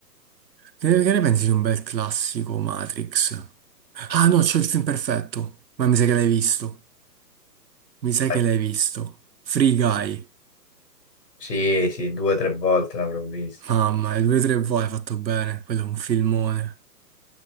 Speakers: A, on the right; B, on the left.
A: che, che ne pensi di un bel classico Matrix? Ah no, c'ho il film perfetto. Ma mi sa che l'hai visto. Mi sa
B: Dai.
A: che l'hai visto. Free Guy.
B: Sì, sì, due o tre volte l'avrò visto.
A: Mamma, il 2-3 voi hai fatto bene. Quello è un filmone.